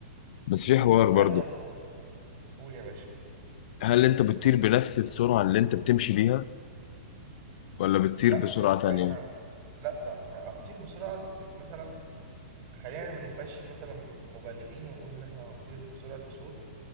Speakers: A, on the left; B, on the right.
A: بس في حوار
B: بس
A: برضو
B: عارف لو في... قول يا باشا
A: هل انت بتطير بنفس السرعه اللي انت بتمشي بيها ولا بتطير
B: لأ
A: بسرعه
B: ما هي ساعتها
A: تانية
B: لأ سا هتطير بسرعة ت مثلًا خلّينا ما نبقاش مثلًا مبالغين ونقول إن إحنا هنطير بسرعة الصوت،